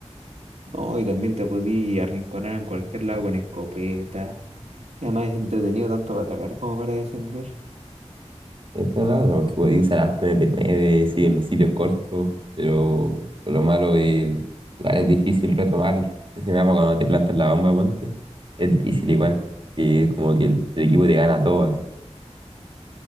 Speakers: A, on the right; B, on the right.
A: No, y también te podí arrinconar en cualquier lado con escopeta. Y además es entretenido tanto para atacar como para defender.
B: Eso es la otra, porque podía usar harto MP9, sí, en los sitios cortos,
A: Sí.
B: pero lo malo es, igual es difícil retomar ese mapa cuando te plantas la bomba, ponte. Es difícil igual, que como que el, el equipo te gana a todas.